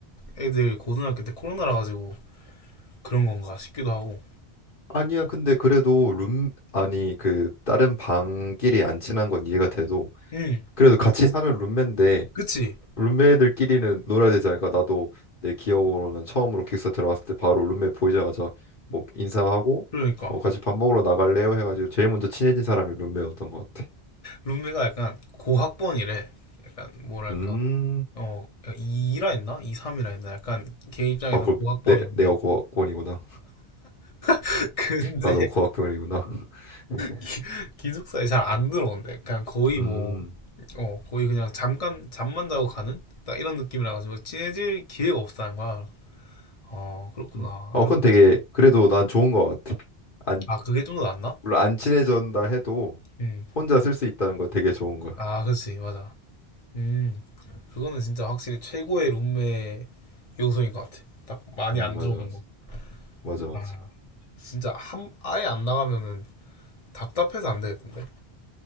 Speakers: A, on the left; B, on the left.
A: 애들 고등학교 때 코로나라 가지고 그런 건가 싶기도 하고.
B: 아니야, 근데 그래도 룸, 아니, 그, 다른 방끼리 안 친한 건 이해가 돼도,
A: 응,
B: 그래도 같이 사는 룸메인데,
A: 그치?
B: 룸메들끼리는 놀아야 되지 않을까? 나도 내 기억으로는 처음으로 기숙사 들어갔을 때 바로 룸메 보이자마자 뭐 인사하고,
A: 그러니까.
B: 뭐 같이 밥 먹으러 나갈래요? 해가지고 제일 먼저 친해진 사람이 룸메였던 것 같아.
A: 룸메가 약간 고학번이래. 약간 뭐랄까.
B: 음,
A: 어, 이라 했나? 2, 3이라 했나? 약간 걔 입장에선
B: 아, 그럼
A: 고학번인데.
B: 내, 내가 고학번이구나.
A: <laughs> 근데
B: 나도 고학번이구나. <laughs>
A: 기- 기숙사에 잘 안 들어온대. 그냥 거의
B: 음,
A: 뭐, 어, 거의 그냥 잠깐 잠만 자고 가는? 딱 이런 느낌이라 가지고 친해질 기회가 없다는 거야. 어, 그렇구나.
B: 음. 어,
A: 이러고
B: 그건
A: 있지.
B: 되게, 그래도 난 좋은 것 같아. 안,
A: 아, 그게 좀 더 낫나?
B: 물론 안 친해진다 해도,
A: 응.
B: 혼자 쓸 수 있다는 거 되게 좋은 거야.
A: 아, 그치. 맞아. 음, 그거는 진짜 확실히 최고의 룸메 요소인 것 같아. 딱 많이
B: 음,
A: 안
B: 맞아,
A: 들어오는
B: 맞아.
A: 거.
B: 맞아, 맞아.
A: 아, 진짜 한, 아예 안 나가면은 답답해서 안 되겠던데.